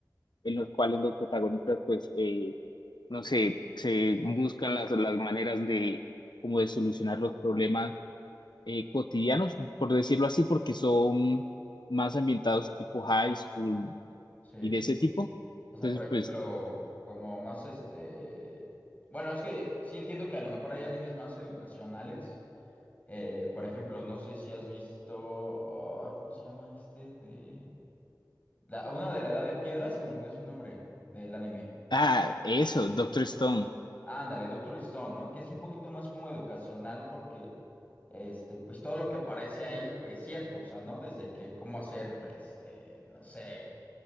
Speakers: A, on the left (about 85°); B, on the left (about 20°).
A: en los cuales los protagonistas, pues, eh, no sé, se buscan las, las maneras de, como de solucionar los problemas eh, cotidianos, por decirlo así, porque son más ambientados tipo high school,
B: Sí.
A: y de ese tipo.
B: O
A: Entonces,
B: sea, por ejemplo,
A: pues,
B: como más este... Bueno, es que sí entiendo que a lo mejor hay animes más educacionales. Eh, por ejemplo, no sé si has visto... oh, ¿cómo se llama este? De... La... Una de la Edad de Piedra, se me olvidó su nombre del anime.
A: ah, eso, Doctor Stone,
B: Ándale, Doctor Stone, ¿no? Que es un poquito más como educacional porque, este, pues todo lo que aparece ahí es cierto, o sea, ¿no? Desde que cómo hacer, este, no sé,